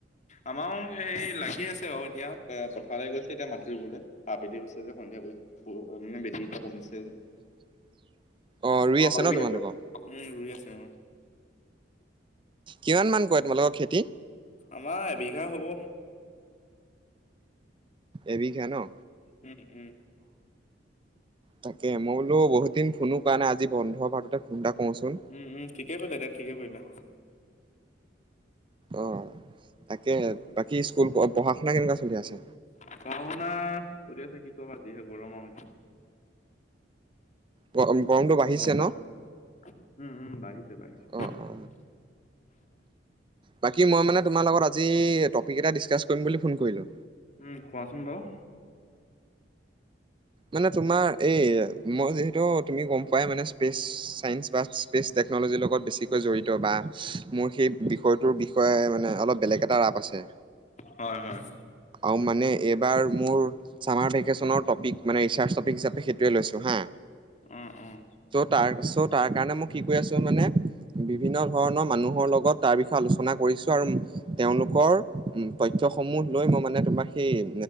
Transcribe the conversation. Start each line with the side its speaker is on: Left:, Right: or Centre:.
Left: আমাৰ সেই লাগি আছে বাৰু এতিয়া পথাৰ গৈছে এতিয়া মাটি ৰুবলে আবেলি হৈছে যে সন্ধিয়া কৰিনে বেছিটা কমিছে যে
Right: <unintelligible> অ ৰুই
Left: অঁ
Right: ন
Left: ই
Right: তোমালোকৰ
Left: আছে উম ৰুই আছে অঁ
Right: কিমান মান কৰে তোমালোকৰ খেতি
Left: আমাৰ এবিঘা হব।
Right: এবিঘা নহ
Left: উম উম
Right: তাকে মই বোলো বহুত দিন ফোনো কৰা নাই আজি বন্ধ পাওতে ফোন এটা কৰোচোন
Left: উম উম ঠিকেই কৰিলো তেতিয়া ঠিকেই কৰিলা।
Right: অঁ তাকে বাকী স্কুল পঢ়া শুনা কেনেকুৱা চলি আছে
Left: পঢ়া শুনা চলি আছে কি কবা যিহে গৰম আৰু
Right: গৰমটো বাঢ়িছে
Left: গম পাইছো
Right: ন
Left: উম উম বাঢ়িছে বাঢ়িছে
Right: অ অ বাকী মই মানে তোমাৰ লগত আজি টপিক এটা ডিছকাছ কৰিম বুলি ফোন কৰিলোঁ।
Left: উ কোৱাচোন বাৰু
Right: মানে তোমাৰ এই মই যিহেতু তুমি গম পোৱাই মানে স্পেচ ছাইন্স বা স্পেচ টেকন'লজিৰ লগত বেছিকৈ জড়িত বা মোৰ সেই বিষয়টোৰ বিষয়ে মানে অলপ বেলেগ এটা ৰাপ আছে।
Left: হয় হয়
Right: আৰু মানে এইবাৰ মোৰ চাৰ ভেকেচনৰ টপিক মান ৰিচাৰ টপিক হিচাপে সেইটোৱেই লৈছো হাঁ
Left: অঁ অঁ
Right: তাৰ পিছত তাৰ কাৰণে মই কি কৈ আছিলো মানে বিভিন্ন ধৰণৰ মানুহৰ লগত তাৰ বিষয়ে আলোচনা কৰি কৰিছো আৰু তেওঁলোকৰ তথ্য সমূহ লৈ মই মানে তোমাক সেই